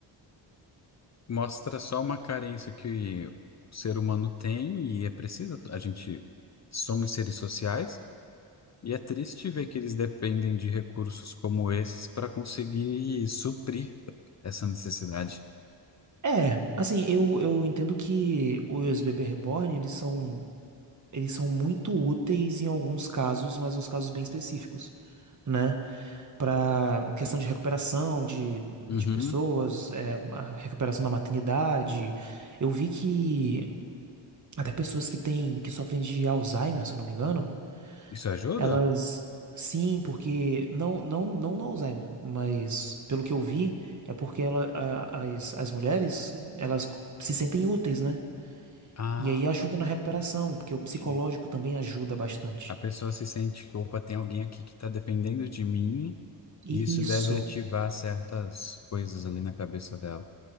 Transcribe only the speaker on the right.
É, assim, eu, eu entendo que os bebê reborn, eles são, eles são muito úteis em alguns casos, mas uns casos bem específicos, né? Pra questão de recuperação de, de
pessoas, é, a recuperação da maternidade. Eu vi que até pessoas que têm, que sofrem de Alzheimer, se eu não me engano,
Elas. Sim, porque. Não, não, não no Alzheimer, mas pelo que eu vi, é porque ela, a- as, as mulheres, elas se sentem úteis, né?
E aí ajuda na recuperação, porque o psicológico
também ajuda bastante.
E
Isso.